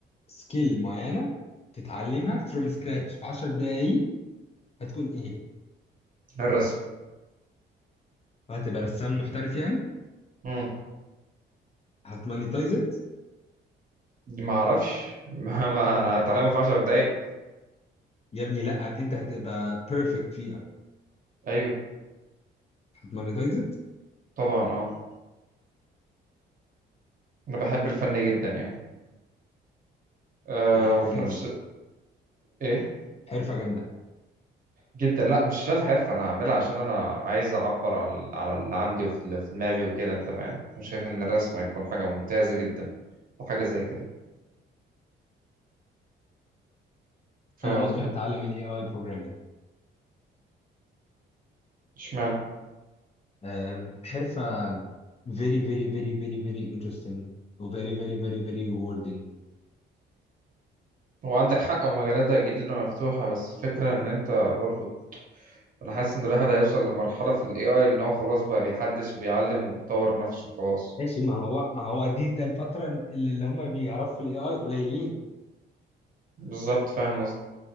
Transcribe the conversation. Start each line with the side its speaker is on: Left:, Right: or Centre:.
Left: سكيل معينه تتعلمها فروم سكراتش في 10 دقايق هتكون ايه هي؟
Right: الرسم
Left: وهتبقى رسام محترف يعني
Right: مم.
Left: هتمونيتايز ات
Right: ما أعرفش <laughs> ما, ما أنا هتعلمه في عشر دقايق
Left: يا ابني لا انت هتبقى بيرفكت فيها
Right: أيوه
Left: هتمونيتايز ات
Right: طبعا أه أنا بحب الفن جدا يعني أه
Left: دي حرفه
Right: وفي
Left: جامده
Right: نفس إيه
Left: حرفه جامده
Right: جدا لا مش عشان الحرفة أنا هعملها عشان أنا عايز أعبر على على اللي عندي وفي اللي في دماغي وكده أنت فاهم مش شايف إن الرسم هيكون حاجة ممتازة جدا وحاجة زي كده فاهم
Left: انا ممكن
Right: قصدي؟
Left: اتعلم الاي اي بروجرامينج
Right: اشمعنى؟
Left: آم، حرفة very very very very very interesting و very very very very rewarding
Right: هو عندك حق ومجالاتها جدا مفتوحة بس الفكرة إن أنت برضه انا حاسس ان الواحد هيوصل لمرحلة في الاي اي ان هو خلاص بقى بيحدث وبيعلم وبيطور نفسه خلاص
Left: ماشي ما هو ما هو دي ده الفترة اللي, اللي هم بيعرفوا في الاي اي قليلين
Right: بالظبط فاهم قصدي